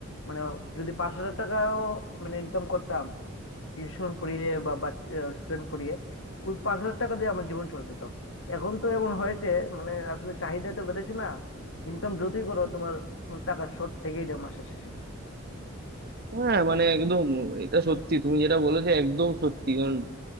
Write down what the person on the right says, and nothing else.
হ্যাঁ মানে একদম এটা সত্যি তুমি যেটা বলেছো একদম সত্যি কারণ